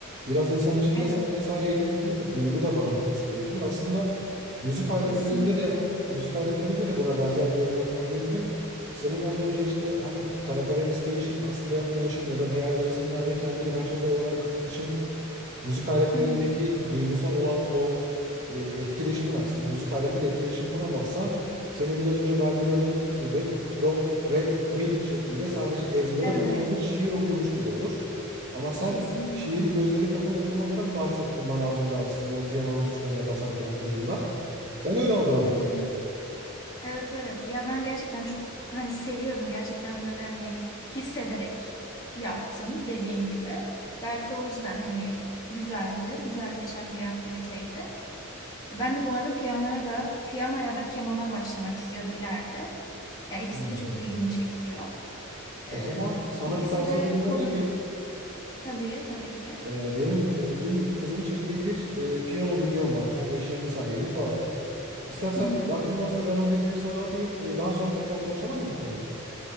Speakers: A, on the right; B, on the left.
A: Biraz insan içinde
B: Evet,
A: sanki sadece yetenek değil de duygu da barındırması gerekiyor. Aslında müzik aletlerinde
B: kesinlikle.
A: de müzik aletlerinde de buna benzer bir yorum yapmak mümkün. Senin az önce işte hem kara kalem isteyişin, aslında yapmayışın ya da diğer resimlerde kendini başarılı olarak atfedişin müzik aletlerindeki
B: Hı hı.
A: duygusal olan o e, etkileşimin aslında müzik aletiyle etkileşim kuramazsan senin biraz önce verdiğin örnekteki gibi do, re, mi şekliyle sadece ezbere
B: Evet,
A: dayalı bir şiir okuyormuş gibi olur. Ama sen
B: kesinlikle.
A: şiiri gözleri kapalı okumaktan bahsettin bana az önce aslında o piyanonun tuşlarına basarkenki durumdan. Ben öyle algıladım.
B: Evet. Evet, evet. Ya ben gerçekten çok hani seviyordum. Gerçekten böyle hani hissederek yaptım dediğin gibi. Belki de o yüzden hani güzeldi. Güzel geçen bir aktiviteydi. Ben de bu arada piyanoya da piyanoya da kemana başlamak istiyorum ileride. Ya ikisi
A: Hmm.
B: de çok ilgimi çekiyor.
A: O
B: Ee,
A: zaman sana
B: ikisi
A: bir tavsiyede
B: de
A: bulunabilir
B: kolay.
A: miyim?
B: Tabii, tabii ki.
A: Ee, benim e, dün kızımı çektiğim bir e, piyano videom var. 15-20 saniyelik falan. İstersen
B: Hı hı.
A: vaktin varsa ben o videoyu sana atayım. Ee, daha sonra tekrar konuşalım mı bu konuyu?